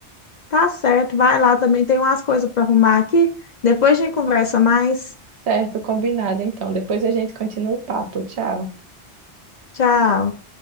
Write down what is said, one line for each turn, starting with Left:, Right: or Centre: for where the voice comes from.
Left: Tá certo, vai lá também. Tem umas coisas para arrumar aqui. Depois a gente conversa mais.
Right: Certo, combinado então. Depois a gente continua o papo. Tchau.
Left: Tchau.